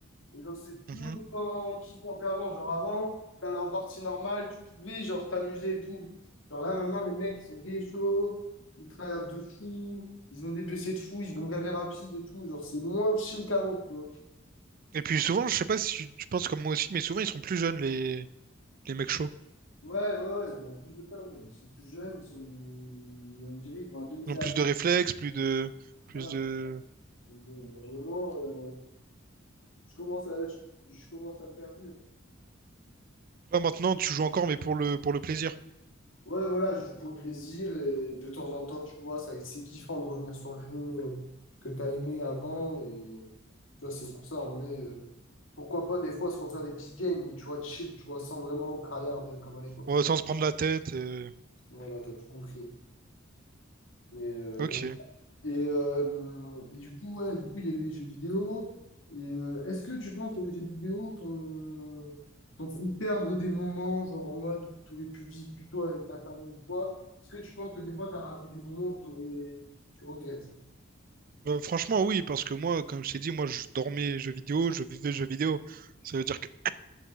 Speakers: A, on the left (about 85°); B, on the right (about 45°).
A: Et Genre, c'est plus
B: Mhm.
A: autant kiffant qu'avant. Genre, avant, t'allais en partie normale, tu pouvais, genre, t'amuser et tout. Genre, là, maintenant, les mecs, ils sont gay chauds, ils travaillent de fou, ils ont des PC de fou, ils vont gaver rapide et tout. Genre, c'est moins chill qu'avant, tu vois.
B: Et puis souvent, je sais pas si tu, tu penses comme moi aussi, mais souvent ils sont plus jeunes, les, les mecs chauds.
A: Ouais, ouais, ouais. mais En plus de ça, ouais, ils sont plus jeunes, ils sont... on dirait qu'ils vont à 2000
B: Ils ont
A: à
B: plus
A: l'heure.
B: de réflexes, plus de. Plus
A: Voilà.
B: de.
A: Donc, bon, à un moment, euh, je commence à... je je commence à me faire vieux.
B: Là maintenant, tu joues encore, mais pour le, pour le plaisir.
A: Ouais, voilà, je joue pour le plaisir et de temps en temps, tu vois, ça, c'est kiffant de revenir sur le jeu euh, que tu as aimé avant. Et tu vois, c'est pour ça, en vrai, euh, pourquoi pas des fois se refaire des petites games, mais tu vois, chill, tu vois, sans vraiment tryhard euh, comme à l'époque.
B: Ouais, sans se prendre la tête. euh,
A: Voilà, t'as tout compris. Mais, euh,
B: Ok.
A: mais Et, euh, et du coup, ouais, du coup, il y a les jeux vidéo. Et euh, est-ce que tu penses que les jeux vidéo t'ont t'ont fait perdre des moments, genre en mode où tu aurais pu vivre plutôt avec ta famille ou quoi? Est-ce que tu penses que des fois, tu as raté des moments que t'aurais- tu regrettes?
B: Euh, franchement, oui, parce que moi, comme je t'ai dit, moi, je dormais jeux vidéo, je vivais jeux vidéo. Ça veut dire que